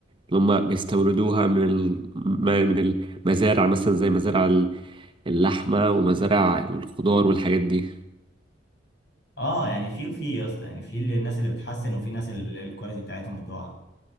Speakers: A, on the right (about 25°); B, on the left (about 65°).
A: اللي هم بيستوردوها من الم... من المزارع مثلا زي مزارع اللحمة ومزارع الخضار والحاجات دي
B: اه يعني في وفي يا اسطى يعني في الناس اللي بتحسن وفي ناس ال- الكواليتي بتاعتهم بتقع